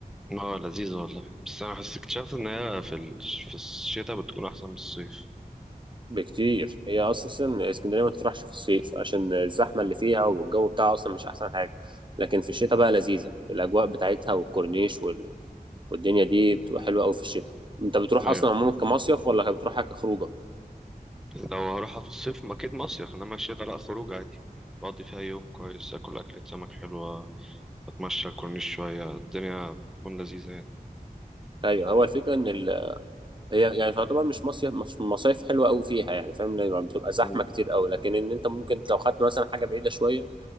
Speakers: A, in the centre; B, on the right.
A: اه لذيذه والله بس انا حسيت اكتشفت ان هي في ال- في الشتاء بتكون احسن من الصيف
B: بكتير هي اصلا اسكندريه ما تروحش في الصيف عشان الزحمه اللي فيها والجو بتاعها اصلا مش احسن حاجه لكن في الشتاء بقى لذيذه الاجواء بتاعتها والكورنيش وال... والدنيا دي بتبقى حلوه قوي في الشتاء انت بتروح
A: ايوه
B: اصلا عموما كمصيف ولا بتروحها كخروجه
A: لو هروحها في الصيف ما اكيد مصيف انما الشتاء لا خروج عادي بقضي فيها يوم كويس اكل اكلة سمك حلوه اتمشى على الكورنيش شويه الدنيا بتكون لذيذه يعني
B: ايوه هو الفكره ان ال... هي يعني تعتبر مش مصيف مش مصايف حلوه قوي فيها يعني فاهم لان بتبقى زحمه
A: مم.
B: كتير قوي لكن ان انت ممكن لو خدت مثلا حاجه بعيده شويه